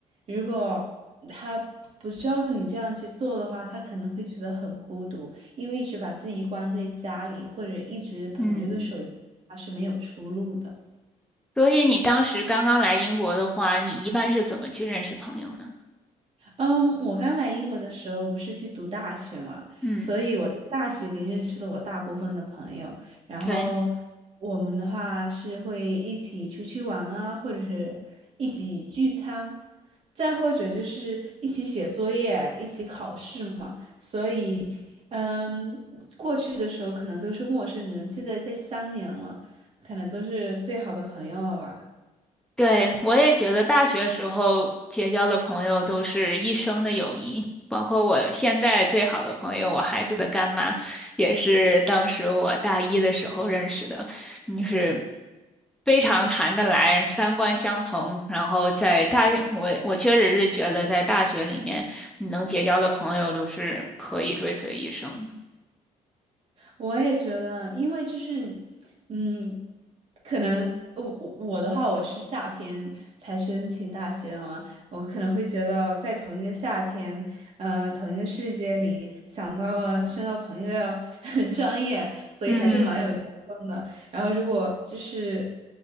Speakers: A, on the right (about 45°); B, in the centre.
A: 如果他不照你这样去做的话，他可能会觉得很孤独，因为一直把自己关在家里，或者一直捧着个手机，
B: 嗯，
A: 他是没有出路的。
B: 所以你当时刚刚来英国的话，你一般是怎么去认识朋友呢？
A: 嗯，我刚来英国的时候不是去读大学嘛，
B: 嗯，
A: 所以我在大学里认识了我大部分的朋友，然后我们的话是会一起出去玩啊，
B: 对，
A: 或者是一起聚餐，再或者就是一起写作业、一起考试嘛。所以，嗯，过去的时候可能都是陌生人，现在在三年了，可能都是最好的朋友了吧。
B: 对，我也觉得大学时候结交的朋友都是一生的友谊，包括我现在最好的朋友，我孩子的干妈，也是当时我大一的时候认识的，就是非常谈得来，三观相同。然后在大，我我确实是觉得在大学里面你能结交的朋友，都是可以追随一生的。
A: 我也觉得，因为就是，嗯，可能我我我的话，我是夏天才申请大学嘛，我可能会觉得在同一个夏天，嗯、同一个世界里，想到了升到同一个 <laughs> 专业，所以还是蛮有缘分的。
B: 嗯，
A: 然后如果就是